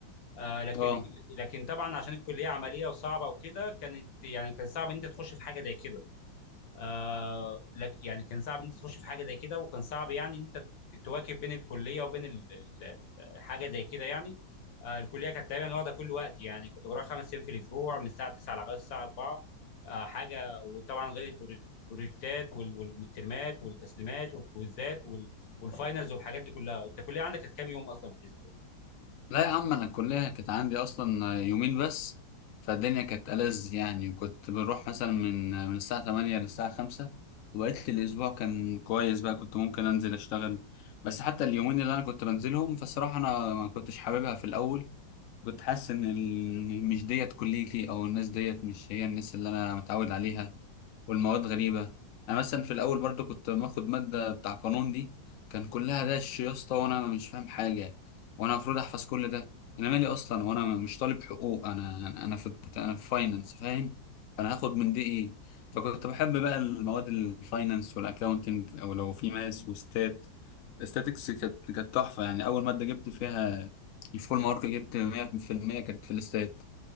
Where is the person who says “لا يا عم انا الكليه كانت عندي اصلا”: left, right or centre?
Left